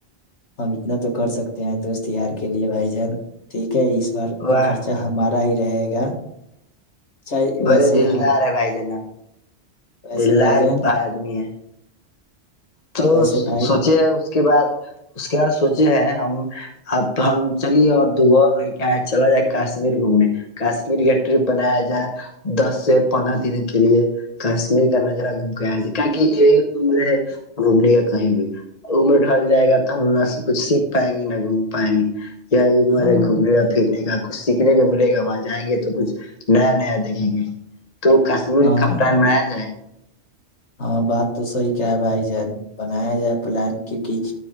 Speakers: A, on the left (about 75°); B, on the left (about 35°).
A: ہم اتنا تو کر سکتے ہیں دوست یار کے لیے بھائی جان ٹھیک کیا اس بار کا
B: واہ
A: خرچہ ہمارا ہی رہے گا چاہے
B: برے
A: ویسے
B: دلدار
A: ہم
B: ہے بھائی جان اپ
A: ویسے
B: دللہار
A: بھائی جان
B: بائی آدمی ہے تو
A: ویسے بھائی
B: سوچے اس کے بعد اس کے بعد سوچے ہیں ہم اب ہم چلیے اور دوغور لے کے آئے چلا جائے کشمیر گھومنے کاشمیر کا ٹرپ بنایا جائے دس سے پندرہ دن کے لیے کشمیر کا نظارہ گھوم کے آیا جائے کی کہ یہی عمر ہے گھومنے یا کہیں بھی عمر ڈھک جائے گا تو ہم نہ کچھ سیکھ پائیں گے نہ گھوم پائیں گے مارے
A: ہاں
B: گھوم یا پھرنے کا کچھ سیکھنے کو ملے گا وہاں جائیں گے تو کچھ نیا نیا دیکھیں گے تو کشمیر
A: ہاں
B: کا پلان بنایا جائے
A: ہاں بات تو سی کہ ہے بھائی جان بنایا جائے پلان کیوںکہ